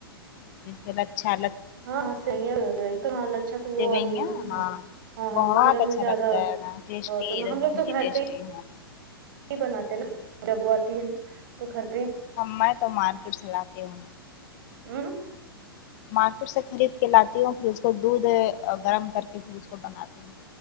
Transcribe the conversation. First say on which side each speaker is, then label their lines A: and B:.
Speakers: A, on the left; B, on the right.
A: اس اچھا
B: ہاں ہاں سیا ہو تو حال اچھا تو وہ
A: سیوئیاں
B: آتی ہے نا
A: ہاں
B: ہاں ہاں
A: بہت
B: محرم
A: اچھا
B: میں زیادہ
A: لگتا ہے نا ٹیسٹی
B: وہ تو
A: ایک دم
B: ہم لوگ
A: ویری
B: تو گھر
A: ٹیسٹی
B: پہ ہی
A: ہے
B: بناتے ہیں نا جب وہ آتی ہے نا تو گھر پہ ہی
A: میں تو مارکیٹ سے لاتی ہوں
B: ہوں
A: مارکیٹ سے خرید کے لاتی ہوں پھر اس کو دودھ گرم کر کے پھر اس کو بناتی ہوں